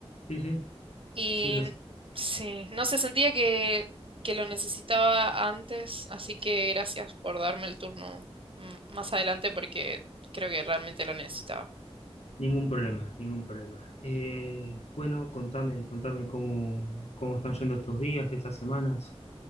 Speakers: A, on the left; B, on the right.
A: Sí, sí,
B: y
A: sí, lo sé.
B: sí, no se sentía que, que lo necesitaba antes, así que gracias por darme el turno mm, más adelante porque creo que realmente lo necesitaba.
A: Ningún problema, ningún problema. Eh, bueno, contame, contame cómo, cómo están yendo estos días, estas semanas.